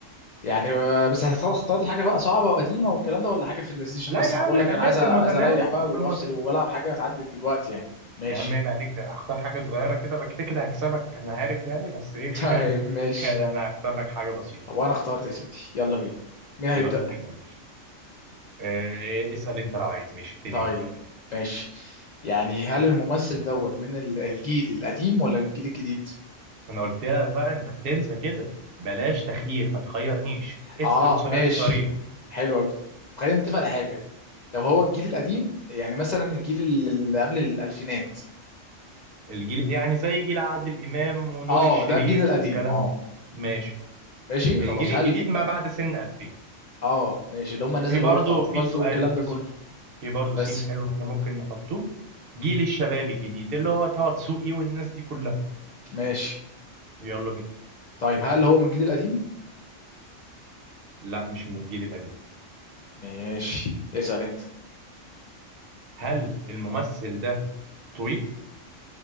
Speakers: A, on the left; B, on the right.
A: يعني آه، بس هتختار اختار لي حاجه بقى صعبه وقديمه والكلام ده ولا حاجه في اللذيذ عشان
B: لا
A: بس
B: يا
A: انا
B: عم
A: بقول لك
B: خليها
A: انا عايز
B: في
A: أ- عايز
B: المتناول
A: اريح بقى
B: في
A: وافصل
B: المتناول
A: والعب حاجه تعدي دلوقتي يعني ماشي
B: يا عم يبقى عليك ده اختار حاجة صغيرة كده بقى كده كده هكسبك انا عارف يعني بس ايه
A: <laughs>
B: <laughs>
A: طيب ماشي
B: خلي انا هختار لك حاجة بسيطة
A: وانا اخترت يا سيدي يلا بينا مين هيبدا
B: يلا بينا يا باشا اه اسأل انت لو عايز ماشي ابتدي
A: طيب
B: انت يلا
A: ماشي يعني هل الممثل دوت من ال- الجيل القديم ولا الجيل الجديد؟
B: انا قلت لك بقى انت بتنسى كده بلاش تخيير ما تخيرنيش اسأل
A: اه
B: سؤال
A: ماشي
B: صريح
A: حلو قوي خلينا نتفق على حاجه لو هو الجيل القديم يعني مثلا الجيل اللي قبل الالفينات
B: الجيل يعني زي جيل عادل إمام ونور
A: اه
B: الشريف
A: ده الجيل القديم
B: والكلام
A: اه
B: ده ماشي
A: ماشي
B: الجيل
A: خلاص
B: الجديد
A: هل
B: ما بعد سن 2000
A: اه ماشي اللي هم الناس
B: في
A: اللي
B: برضه
A: هو بتاع بالتو
B: في سؤال
A: والكلام
B: في
A: ده كله
B: س- في برضه
A: بس
B: سيم حلو احنا ممكن نحطه جيل الشباب الجديد اللي هو طه دسوقي والناس دي كلها
A: ماشي
B: يلا بينا
A: طيب هل هو من الجيل القديم
B: لا مش من الجيل القديم
A: ماشي اسأل انت
B: هل الممثل ده طويل